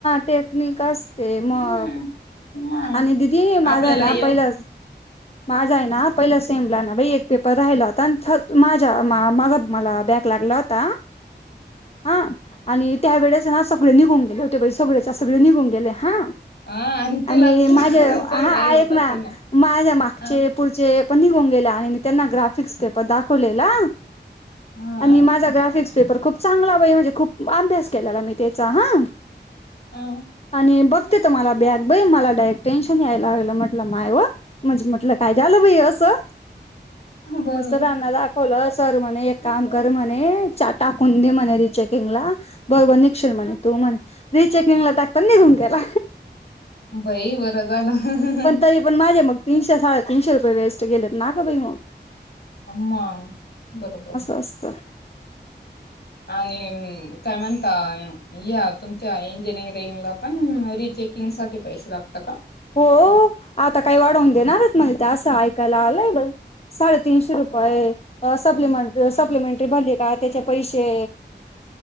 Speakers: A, on the left; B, on the left.
A: टेक्निक असते
B: हम्म
A: मग.
B: मग
A: आणि दीदी माझा
B: आपल्याला
A: आहे ना
B: येव
A: पहिलाच माझा आहे ना पहिला सेमला ना बाई एक पेपर राहिला होता आणि माझा माझा मला बॅक लागला होता. हा आणि त्या वेळेस ना सगळे निघून गेले होते बाई, सगळेच्या सगळे निघून गेले हा.
B: हा तुला
A: आणि
B: सगळं
A: माझ्या हा
B: आई
A: आहेत
B: होत असेल
A: ना
B: मग
A: माझ्या मागचे
B: अ
A: पुढचे पण निघून गेले आणि मी त्यांना ग्राफिक्स पेपर दाखवलेला.
B: हा
A: आणि माझा ग्राफिक्स पेपर खूप चांगला बाई, म्हणजे खूप अभ्यास केलेला मी त्याचा हा.
B: अ
A: आणि बघ तेत मला बॅग बाई मला डायरेक् टेन्शन यायला लागलं म्हटलं माय व म्हटलं काय झालं बाई असं,
B: बरोबर
A: मस्त जाणार <unintelligible> सर म्हणे एक काम कर म्हणे टाकून दे म्हणे रि चेकिंगला. बर बर निघशेल म्हणे तू म्हणे रिचेकिंगला टाकता निघून गेला.
B: बाई बरं झालं.
A: पण तरी पण माझे मग तीनशे साडेतीनशे रुपये वेस्ट गलेत ना ग बाई मग.
B: आमा, बरोबर.
A: मस्त.
B: आणि काय म्हणताय? या तुमच्या इंजिनिरिंगला पण रिचेकिंगसाठी पैसे लागता का?
A: हो, आता काही वाढवून देणारेत म्हणे ते, असं ऐकायला आलंय बाई. साडेतीनशे रुपय.
B: होय ग.
A: सप्लिमेंट, सप्लिमेंटरी भरली का त्याच्या पैसे.